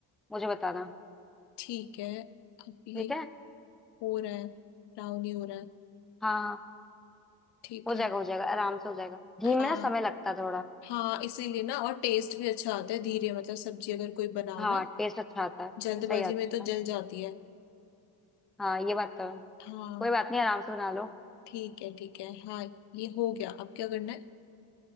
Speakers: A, in the centre; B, on the left (about 60°).
A: मुझे बताना
B: ठीक है अब ये
A: ठीक है
B: हो रहा है ब्राउन ही हो रहा है
A: हाँ हाँ
B: ठीक
A: हो
B: है
A: जाएगा हो जाएगा आराम से हो जाएगा घी
B: हाँ
A: में ना समय लगता है थोड़ा
B: हाँ इसीलिए ना और टेस्ट भी अच्छा आता है धीरे मतलब सब्जी अगर कोई बनाओ
A: हाँ
B: ना
A: टेस्ट अच्छा आता है
B: जल्दबाजी
A: सही आता
B: में तो
A: है
B: जल जाती है
A: हाँ ये बात तो है
B: हाँ
A: कोई बात नहीं आराम से बना लो
B: ठीक है ठीक है हाँ ये हो गया अब क्या करना है